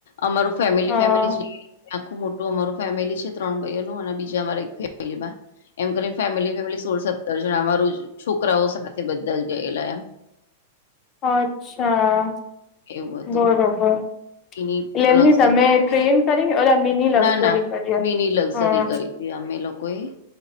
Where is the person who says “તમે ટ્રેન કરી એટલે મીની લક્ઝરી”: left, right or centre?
Left